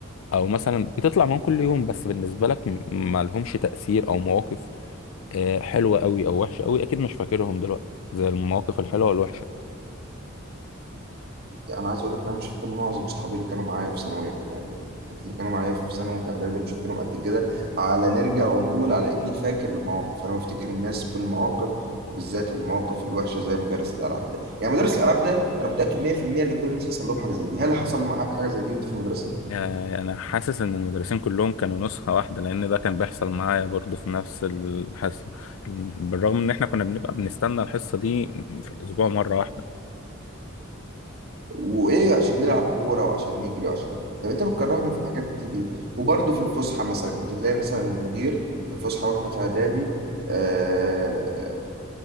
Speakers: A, on the left (about 80°); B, on the right (about 50°).
A: او مثلا بتطلع معاهم كل يوم بس بالنسبه لك م- ما لهمش تاثير او مواقف آه، حلوة قوي او وحشة قوي اكيد مش فاكرهم دلوقتي زي المواقف الحلوة والوحشة
B: يعني انا عايز اقول لك إن انا مش فاكر معظم صحابي اللي كانوا معايا في ثانويه كمان يعني الحته اللي كانوا معايا في ثانوي في اعدادي مش فاكرهم قد كده على نرجع ونقول على اني فاكر المواقف انا بفتكر الناس بالمواقف وبالذات المواقف الوحشه زي مدرس الالعاب ده يعني مدرس الالعاب ده انا متاكد 100% ان كل الناس حصل لهم حاجه زي دي هل حصل معاك حاجه زي دي وانت في المدرسه
A: آه، انا حاسس ان المدرسين كلهم كانوا نسخة واحدة لان ده كان بيحصل معايا برضو في نفس الحصة بالرغم ان احنا كنا بنبقى بنستنى الحصة دي في الاسبوع مرة واحدة
B: وايه عشان نلعب كوره وعشان نجري وعشان طب انت بتكرهنا في الحاجات دي ليه وبرضه في الفسحه مثلا كنت تلاقي مثلا المدير في الفسحه واحنا في اعدادي آه،